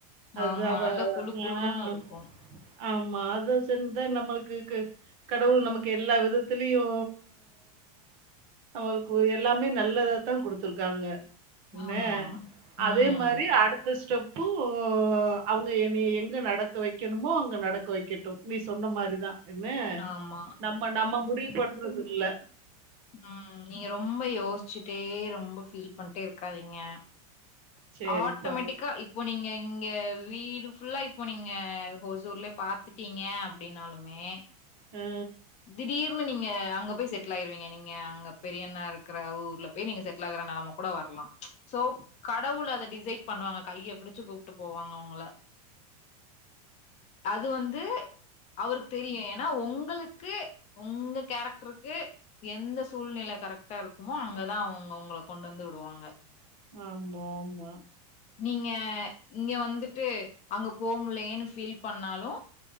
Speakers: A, on the right (about 45°); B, on the left (about 35°).
A: அதா
B: ஆமா
A: அப்ப
B: நல்லா குழு குழுன்னு
A: ஆ
B: இருக்கு
A: ஆமா அதா செரின்தா நம்ளுக்கு கு கடவுள் நமக்கு எல்லா விதத்துலயு நம்மளுக்கு எல்லாமே நல்லதாதா குடுத்துருக்காங்க என்ன
B: ஆமா.
A: அதே
B: ம்.
A: மார் ரி அடுத்த ஸ்டெப் போ அவங்க என்னய எங்க நடக்க வைக்கணுமோ அங்க நடக்க வைக்கட்டு நீ சொன்ன மாரிதா என்ன
B: ஆமா.
A: நம்ம நம்ம முடிவு பண்றதில்ல
B: உம் நீங்க ரொம்ப யோச்சு டே ரொம்ப ஃபீல் பண்டே இருக்காதீங்க
A: சேரிப்பா
B: ஆட்டோமேட்டிக்கா இப்போ நீங்க எங் நீங்க வீடு ஃபுல்லா இப்போ நீங்க ஹோசூர்லயே பாத்துட்டீங்க அப்படீனாலுமே
A: ஆ
B: திடீவ் னு நீங்க அங்க போய் செட்டில் ஆயிருவீங்க நீங்க அங்க பெரியண்ணா இருக்கிற ஊர்ல போய் நீங்க செட்டில் ஆகுற நெலம கூட வரலா சோ கடவுள் அத டிசைட் பண்ணுவாங்க கையப் புடிச்சு கூப்ட்டு போவாங்க உங்கள அது வந் து அவருக்கு தெரியு ஏனா உங்களுக் கு உங்க கேரெக்டருக்கு எந்த சூழ்நில கரெக்டா இருக் குமோ அங்கதா அவங்க உங்கள் கொண்டந்து விடுவாங்க
A: ஆமாமா
B: நீங்க இங்க வந்துட்டு அங்க போக முல்லயேன்னு ஃபீல் பண்ணாலு